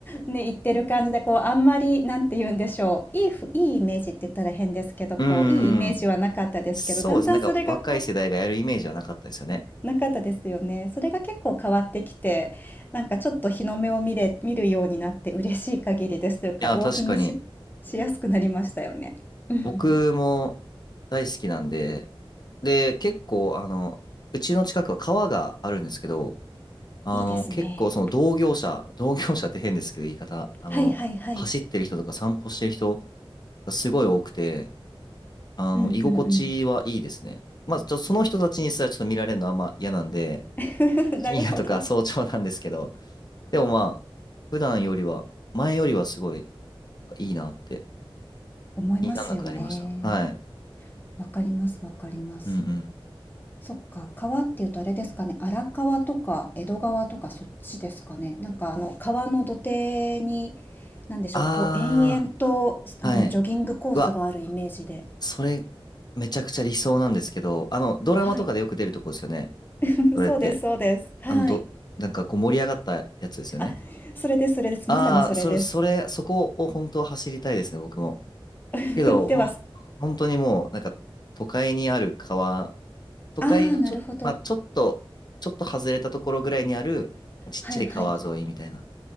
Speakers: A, on the left; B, on the left.
A: ね言ってる感じでこうあんまりなんて言うんでしょういいふ、いいイメージって言ったら変ですけどこういいイメージはなかったですけどだんだんそれがこ
B: うーん。そうですね。なんか若い世代がやるイメージはなかったですよね。
A: うなかったですよね。それが結構変わってきてなんかちょっと日の目を見れ、見るようになって嬉しい限りですというかウォーキングし、
B: いや、確かに。
A: しやすくなりましたよね。うん
B: 僕も大好きなんで、で、結構、あの、うちの近くは川があるんですけど、あの、
A: いいですね。
B: 結構その同業者、同業者って変ですけど言い方、あの、
A: はいはいはい。
B: 走ってる人とか散歩してる人がすごい多くて、あの、
A: うんうんうん。
B: 居心地はいいですね。まず、ちょっとその人たちにすらちょっと見られるのはあんま嫌なんで、
A: <laughs>
B: 深夜とか早朝なんですけど、
A: なるほど。
B: でもまあ、普段よりは、前よりはすごい、なんかいいなって
A: 思いますよね。
B: 気になんなくなりました。はい。
A: わかりますわかります。
B: うんうん。
A: そっか、川っていうとあれですかね、荒川とか江戸川とかそっちですかね。なんかあの川の土手に、なんでしょう、
B: あ
A: こう延々とあのジョギングコースがあるイメージで。
B: ー、はい。うわ、それ、めちゃくちゃ理想なんですけど、あの、ドラマとかでよく出るとこですよね。
A: はい。<laughs>
B: それって。
A: そうですそうです。はい。
B: あの、ど、なんかこう盛り上がったやつですよね。
A: あ、それですそれです。
B: ああそれ、
A: まさにそれです。
B: それ、そこを本当は走りたいですね、僕も。
A: <laughs>
B: けど、
A: では、
B: ほん、
A: あ
B: 本当にもう、なんか、都会にある川、都会のちょ、
A: あ、なるほど。
B: まあ、ちょっと、ちょっと外れたところぐらいにある、ちっちゃい川沿いみたいな。
A: はいはい。